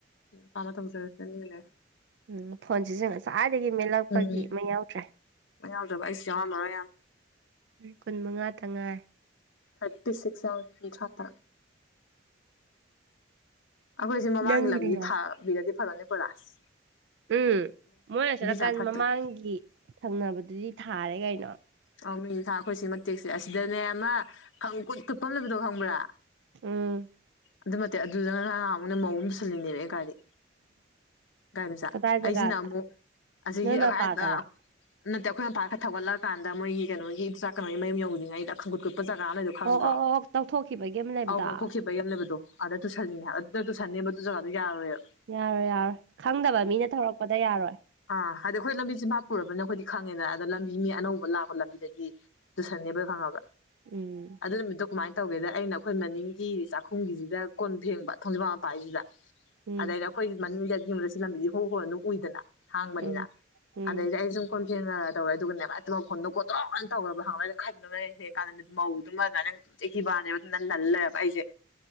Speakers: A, on the left; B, on the right.
A: ꯀꯥꯃ ꯇꯧ ꯖꯁꯂꯦ
B: ꯎꯝ ꯐꯣꯟꯁꯤꯁꯨ ꯉꯁꯋꯥꯏꯗꯒꯤ ꯃꯦꯜꯠꯂꯛꯄꯒꯤ
A: ꯎꯝ
B: ꯃꯩ ꯌꯥꯎꯗ꯭ꯔꯦ
A: ꯌꯥꯎꯗ꯭ꯔꯕ ꯑꯩꯁꯨ ꯌꯥꯎꯔꯝꯃꯔꯣꯏ ꯌꯥꯝ
B: ꯀꯨꯟ ꯃꯉꯥ ꯇꯉꯥꯏ
A: ꯑꯥꯏꯇꯤ ꯁꯤꯛꯁ ꯌꯥꯎꯑꯦ ꯀꯨꯊꯔ ꯇ ꯑꯩꯈꯣꯏꯁꯦ ꯃꯃꯥꯡꯒꯤ
B: ꯅꯪꯒꯤꯗ
A: ꯂꯝꯕꯤꯁ
B: ꯌꯥꯎ
A: ꯊꯥꯕꯤꯔꯗꯤ ꯐꯔꯅꯤꯀꯣꯏꯔꯥꯁ
B: ꯎꯝ ꯃꯣꯏꯅꯁꯨ ꯅꯥꯀꯟ
A: ꯌꯥꯝ ꯐꯠꯇ꯭ꯔꯦ
B: ꯃꯃꯥꯡꯒꯤ ꯊꯪꯅꯕꯗꯨꯗꯤ ꯊꯥꯔꯦ ꯀꯩꯅꯣ
A: ꯑ ꯃꯤꯅꯤ ꯊꯥ ꯑꯩꯈꯣꯏꯁꯤ ꯃꯇꯦꯛꯁꯦ ꯑꯁꯤꯗꯅꯦ ꯑꯃ ꯈꯪ ꯀꯨꯠ ꯀꯨꯠꯄ ꯂꯩꯕꯗꯣ ꯈꯪꯕ꯭ꯔꯥ
B: ꯎꯝ
A: ꯑꯗꯨꯝ ꯅꯠꯇꯦ ꯑꯗꯨꯗ ꯉꯥꯍꯥꯃꯨꯛꯅꯦ ꯃꯧꯝ ꯄꯨꯨꯁꯜꯂꯤꯅꯦ ꯑꯩ ꯒꯥꯔꯤ ꯃꯆꯥ
B: ꯀꯗꯥꯏ
A: ꯑꯩꯁꯤꯅ
B: ꯖꯒꯥꯗ
A: ꯑꯃꯨꯛ ꯑꯁꯤꯒꯤ
B: ꯅꯣꯏ
A: <unintelligible>
B: ꯃꯄꯥꯗꯔꯣ
A: ꯅꯠꯇꯦ ꯑꯩꯈꯣꯏ ꯃꯄꯥ ꯈ ꯊꯧꯒꯠꯂꯀꯥꯟꯗ ꯃꯣꯏꯒꯤ ꯀꯩꯅꯣꯒꯤ ꯏꯆꯥ ꯀꯩꯅꯣꯒꯤ ꯃꯌꯨꯝ ꯌꯧꯗꯔꯤꯉꯩꯗ ꯈꯪꯒꯨꯠ ꯈꯨꯠꯄ ꯖꯒꯥ ꯂꯩꯗꯣ ꯈꯪꯗ꯭ꯔꯣ
B: ꯑꯣ ꯑꯣ ꯑꯣ ꯇꯧꯊꯣꯛꯈꯤꯕꯒꯤ ꯑꯃ ꯂꯩꯕꯗꯣ
A: ꯑꯧꯔꯧꯊꯣꯛꯈꯤꯕꯩ ꯑꯝ ꯂꯩꯕꯗꯣ ꯑꯥꯗ ꯇꯨꯁꯟꯂꯤꯅꯦ ꯑꯗꯨꯗ ꯇꯨꯁꯟꯅꯤꯡꯕ <unintelligible>
B: ꯌꯥꯔꯣꯏ ꯌꯥꯔꯣꯏ ꯈꯪꯗꯕ ꯃꯤꯅ ꯇꯧꯔꯛꯄꯗ ꯌꯥꯔꯣꯏ꯫
A: ꯑꯥ ꯍꯥꯏꯗꯤ ꯈꯣꯏ ꯂꯝꯕꯤ ꯆꯤꯟꯐꯥ ꯄꯨꯔꯕꯅꯤꯅ ꯈꯣꯏꯗꯤ ꯈꯪꯉꯦꯗ ꯑꯗ ꯂꯝꯕꯤ ꯃꯤ ꯑꯅꯧꯕ ꯂꯥꯛꯄ ꯂꯝꯕꯤꯗꯗꯤ ꯇꯨꯁꯟꯅꯤꯕ ꯈꯪꯉꯕ꯭ꯔ
B: ꯎꯝ
A: ꯑꯗꯨ ꯅꯨꯃꯤꯠꯇꯣ ꯀꯃꯥꯏꯅ ꯇꯧꯒꯦꯗ ꯑꯩꯅ ꯑꯩꯈꯣꯏ ꯃꯅꯤꯡꯒꯤ ꯆꯥꯛꯈꯨꯝꯒꯤꯁꯤꯗ ꯀꯣꯟ ꯐꯦꯡꯕ ꯊꯣꯡꯖꯕꯥꯝ ꯃꯄꯥꯥꯏꯁꯤꯗ
B: ꯎꯝ
A: <unintelligible> ꯑꯗꯩꯗ ꯑꯩꯈꯣꯏ ꯃꯃꯤꯒꯨꯝꯕꯗ ꯁꯤ ꯂꯝꯕꯤꯗꯤ ꯍꯣꯡ ꯍꯣꯡ ꯑꯗꯨꯝ ꯎꯏꯗꯅ ꯍꯥꯡꯕꯅꯤꯅ
B: ꯎꯝ ꯎꯝ
A: ꯑꯗꯩꯗꯤ ꯑꯩ ꯁꯨꯝ ꯀꯣꯟ ꯐꯦꯡꯉꯒ ꯇꯧꯔꯦ ꯑꯗꯨꯒꯅꯦ ꯃꯈꯣꯟ ꯒꯣꯗꯣꯛ ꯅ ꯇꯧꯔꯕ ꯈꯪꯉꯥꯕ ꯑꯩꯅ ꯀꯥꯏꯗꯅꯣ ꯍꯦꯡꯀꯥꯟꯗ ꯃꯧꯗꯨꯃ ꯑꯗꯨꯃ ꯗꯃꯥꯏ ꯑꯦꯛꯇꯤꯕꯥ ꯅꯦꯕ ꯑꯗꯨꯝ ꯅꯜ ꯂꯩꯂꯦꯕ ꯑꯩꯁꯦ